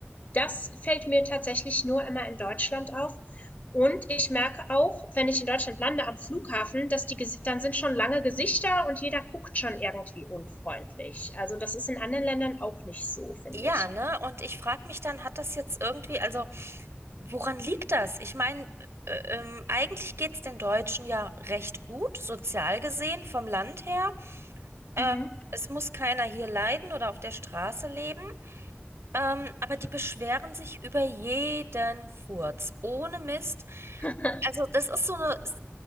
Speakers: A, on the left; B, on the right.
A: Das fällt mir tatsächlich nur immer in Deutschland auf. Und ich merke auch, wenn ich in Deutschland lande am Flughafen, dass die dann sind schon lange Gesichter und jeder guckt schon irgendwie unfreundlich. Also das ist in anderen Ländern auch nicht so, finde
B: Ja,
A: ich.
B: ne? Und ich frage mich dann, hat das jetzt irgendwie, also woran liegt das? Ich meine, äh, ähm, eigentlich geht es den Deutschen ja recht gut, sozial gesehen, vom Land her. Ähm,
A: Mhm.
B: es muss keiner hier leiden oder auf der Straße leben. Ähm, aber die beschweren sich über jeden Furz, ohne Mist.
A: <laughs>
B: Also das ist so eine,